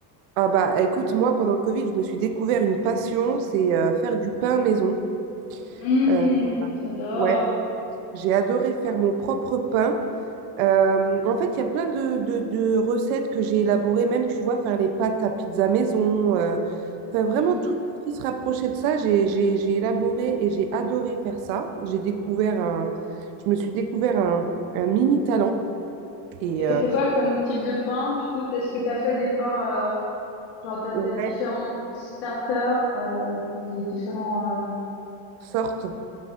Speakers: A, on the right (about 75°); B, on the left (about 65°).
A: Ah bah écoute, moi, pendant le Covid, je me suis découvert une passion, c'est euh, faire du pain maison.
B: Mmh,
A: Euh,
B: j'adore.
A: ouais, j'ai adoré faire mon propre pain. Euh, en fait, il y a plein de, de- de recettes que j'ai élaborées, même tu vois, faire les pâtes à pizza maison, euh, enfin vraiment
B: Mm.
A: tout ce qui se rapprochait de ça, j'ai j'ai- j'ai élaboré et j'ai adoré faire ça. J'ai découvert un, je me suis découvert un, un mini talent et
B: Et t'as
A: euh,
B: fait quoi comme type de pain? Du coup, est-ce que t'as fait des pains, euh, genre t'as
A: ouais,
B: fait différents starters, euh, comment on dit, différents, euh,
A: sorte